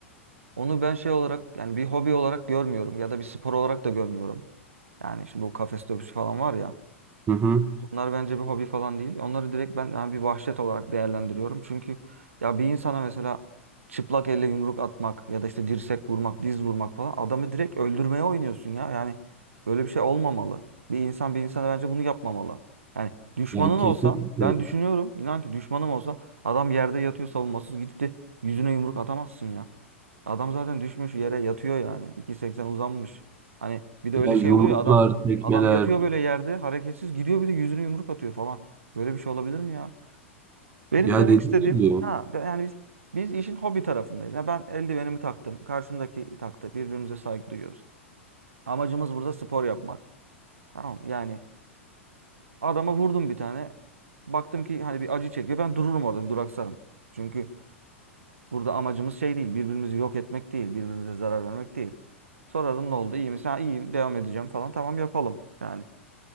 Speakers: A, on the right; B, on the right.
A: onu ben şey olarak yani bir hobi olarak görmüyorum ya da bir spor olarak da görmüyorum. Yani şimdi bu kafes dövüşü falan var ya.
B: Hı hı.
A: Bunlar bence bir hobi falan değil. Onları direkt ben yani bir vahşet olarak değerlendiriyorum. Çünkü ya bir insana mesela çıplak elle yumruk atmak ya da işte dirsek vurmak, diz vurmak falan adamı direkt öldürmeye oynuyorsun ya. Yani böyle bir şey olmamalı. Bir insan bir insana bence bunu yapmamalı. Yani düşmanın
B: Ya kesinlikle.
A: olsa ben düşünüyorum inan ki düşmanım olsa adam yerde yatıyor savunmasız gidip de yüzüne yumruk atamazsın ya. Adam zaten düşmüş yere yatıyor yani. 2.80 uzanmış. Hani bir de öyle
B: Ya
A: şey
B: yumruklar,
A: oluyor ya adam
B: tekmeler.
A: Adam yatıyor böyle yerde hareketsiz gidiyor bir de yüzüne yumruk atıyor falan. Böyle bir şey olabilir mi ya? Benim
B: Ya
A: demek
B: dediğim
A: istediğim
B: gibi.
A: ha ben- yani biz biz işin hobi tarafındayız. Ya ben eldivenimi taktım. Karşımdaki taktı. Birbirimize saygı duyuyoruz. Amacımız burada spor yapmak. Tamam mı? yani adama vurdum bir tane. Baktım ki hani bir acı çekiyor. Ben dururum orada bir duraksarım. Çünkü burada amacımız şey değil. Birbirimizi yok etmek değil. Birbirimize zarar vermek değil. Sorarım ne oldu? İyi misin? Ha, iyiyim. Devam edeceğim falan. Tamam yapalım. Yani